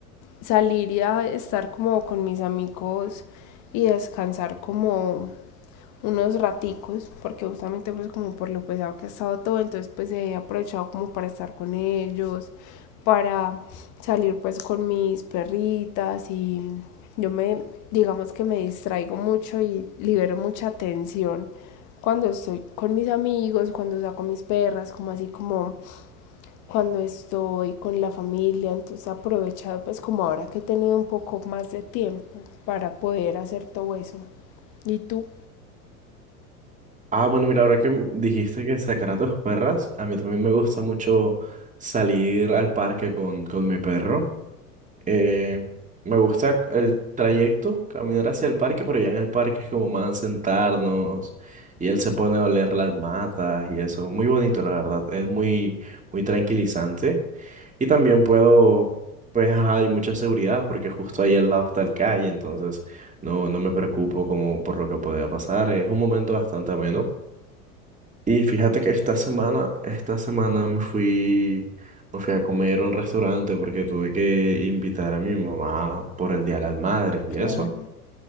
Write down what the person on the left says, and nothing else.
salir y a estar como con mis amigos y descansar como unos raticos, porque justamente pues como por lo pesado que ha estado todo, entonces pues he aprovechado como para estar con ellos, para salir pues con mis perritas y yo me, digamos que me distraigo mucho y libero mucha tensión cuando estoy con mis amigos, cuando saco mis perras, como así como cuando estoy con la familia, entonces he aprovechado pues como ahora que he tenido un poco más de tiempo para poder hacer todo eso. ¿Y tú?
Claro.